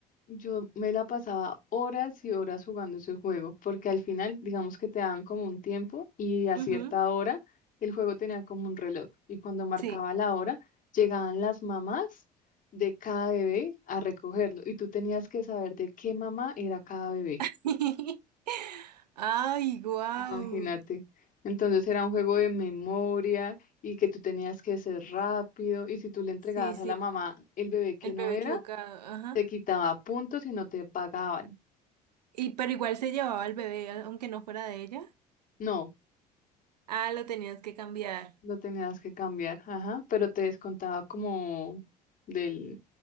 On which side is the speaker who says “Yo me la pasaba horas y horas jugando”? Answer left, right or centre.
Left